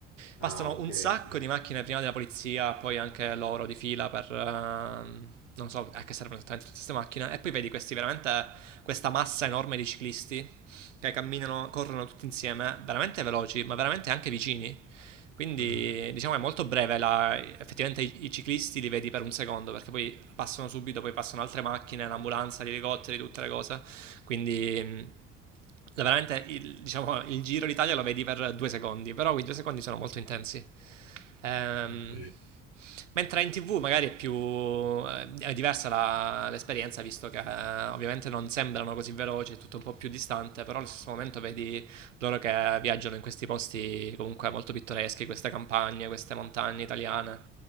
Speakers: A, on the right; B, on the left.
A: Passano
B: Ah, ok,
A: un
B: ok.
A: sacco di macchine prima della polizia, poi anche loro di fila per... ehm, non so a che servono esattamente tutte queste macchine. E poi vedi questi veramente questa massa enorme di ciclisti che camminano, corrono tutti insieme, veramente veloci, ma veramente anche vicini. Quindi
B: Mhm.
A: diciamo è molto breve, la- effettivamente i, i ciclisti li vedi per un secondo perché poi passano subito, poi passano altre macchine, l'ambulanza, gli elicotteri, tutte le cose. Quindi mh, la- veramente il, diciamo, il Giro d'Italia lo vedi per due secondi, però quei due secondi sono molto intensi. Ehm,
B: Ok,
A: mentre in TV magari è più eh, è diversa la- l'esperienza, visto che eh, ovviamente non sembrano così veloci, è tutto un po' più distante, però allo stesso momento vedi loro che viaggiano in questi posti comunque molto pittoreschi, queste campagne, queste montagne italiane.